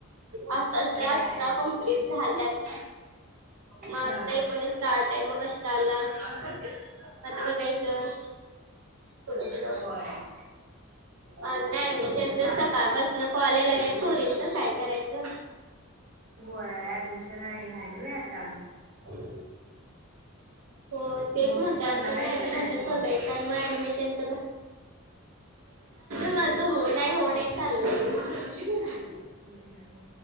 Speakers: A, on the right; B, on the right.
A: आताच
B: होय
A: तर अठरा कम्प्लीट झाल्यात. म आता
B: हा
A: एकोणवीस स्टार्ट आहे मग कशाला. आता बघायचं पुढ पुढं
B: होय
A: अजून ऍडमिशन तर
B: चालतंय
A: सकाळपासून कॉल यायला लागल्या पोरींचा काय करायचं.
B: होय ऍडमिशन आणि आहे ना आता
A: <inaudible> हो तेच
B: मग
A: म्हणत्यात
B: करणार
A: आज त्याव्यकी
B: आहेस का
A: नाय
B: नाहीस
A: म्हणत्यात
B: मग
A: सगळे तर मग ऍडमिशनच <unintelligible> माझं होऊन नाही हो नाही चाललय
B: हम् हम